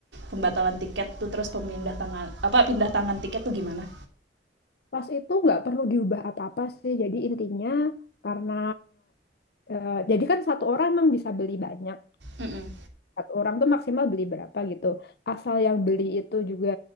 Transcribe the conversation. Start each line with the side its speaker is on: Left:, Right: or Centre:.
Right: pembatalan tiket tuh terus pemindah tangan apa pindah tangan tiket tuh gimana?
Left: Pas itu nggak perlu diubah apa-apa sih. Jadi intinya karena eh, jadi kan satu orang emang bisa beli banyak.
Right: Mm-mm.
Left: Satu orang tuh maksimal beli berapa gitu. Asal yang beli itu juga